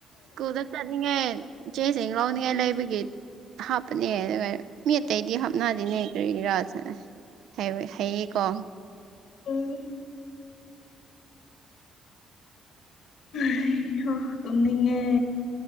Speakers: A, on the right; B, on the left.
A: ꯁ꯭ꯀꯨꯜꯗ ꯆꯠꯅꯤꯡꯉꯦ ꯏꯆꯦ ꯆꯦꯡ ꯂꯧꯅꯤꯡꯉꯥꯏ ꯂꯩꯕꯒꯤ ꯍꯥꯞꯄꯅꯦ ꯑꯗꯨꯒ ꯃꯤ ꯑꯇꯩꯗꯤ ꯍꯥꯞꯅꯗꯅꯦ ꯀꯔꯤ ꯔꯥꯥꯁ ꯁꯥꯏꯅ ꯍꯥꯏꯕꯩ ꯍꯥꯏꯌꯦꯀꯣ
B: ꯎꯝ ꯍꯩꯍꯥ ꯇꯨꯝꯅꯤꯡꯉꯦ